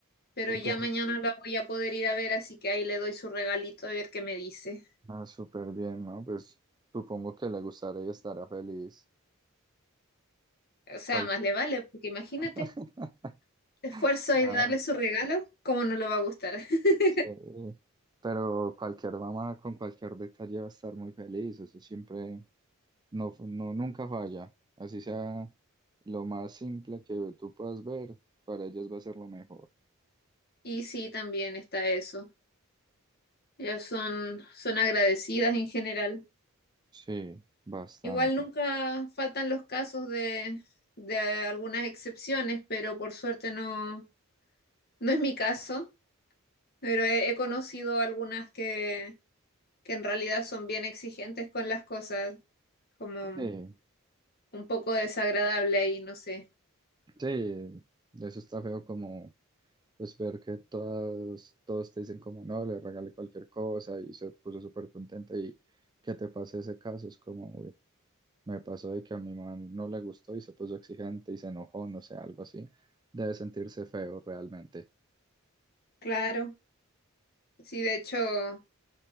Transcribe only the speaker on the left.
Pero
ya
mañana la voy a poder ir a ver, así que ahí le doy su regalito a ver qué me dice.
O sea,
más le vale, porque imagínate,
esfuerzo ahí
de darle su regalo, cómo no le va a gustar. <laughs>
Y sí, también está eso. Ellas son, son agradecidas en general.
Igual nunca faltan los casos de, de algunas excepciones, pero por suerte no, no es mi caso. Pero he, he conocido algunas que, que en realidad son bien exigentes con las cosas, como
un poco desagradable ahí, no sé.
Claro, sí, de hecho,